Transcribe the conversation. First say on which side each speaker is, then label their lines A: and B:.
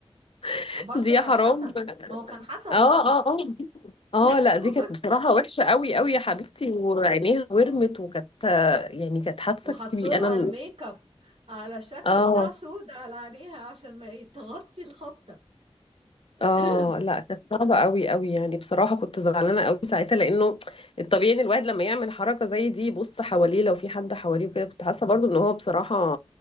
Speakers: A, on the left (about 60°); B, on the right (about 65°).
A: <laughs>
B: ما برضو
A: دي يا
B: كان
A: حرام
B: حسن ما هو كان حسن
A: اه اه
B: برضو
A: اه
B: <laughs> لا
A: اه لا دي
B: هو-
A: كانت بصراحة وحشة قوي قوي يا حبيبتي وعينيها ورمت
B: اه
A: وكانت آه، يعني كانت حادثة
B: وحطوا
A: كبيرة
B: لها
A: انا م-
B: الميك اب على شكل
A: اه
B: بتاع سود على عينيها عشان ما تغطي الخبطة <coughs>
A: اه لا كانت صعبة قوي قوي يعني بصراحة كنت زعلانة قوي ساعتها لانه الطبيعي ان الواحد لما يعمل حركة زي دي يبص حواليه لو في حد حواليه
B: <clears throat> مم.
A: وكده كنت حاسة
B: مم.
A: برضو ان هو بصراحة